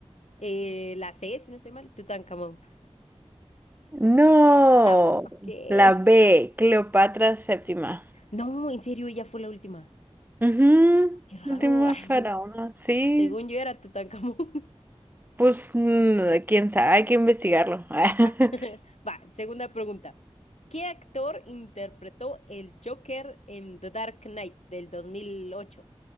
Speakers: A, on the left; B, on the right.
A: Eh, la C, si no estoy mal, Tutankamón.
B: No,
A: No, ¿qué?
B: la B, Cleopatra séptima.
A: No, en serio, ella fue la última.
B: Ujú,
A: Qué raro.
B: Última
A: <laughs> Ay,
B: faraona, sí.
A: según yo era Tutankamón. <laughs>
B: Pues, mm, quién sabe, hay que investigarlo. <laughs>
A: Va, <laughs> va, segunda pregunta. ¿Qué actor interpretó el Joker en The Dark Knight del 2008?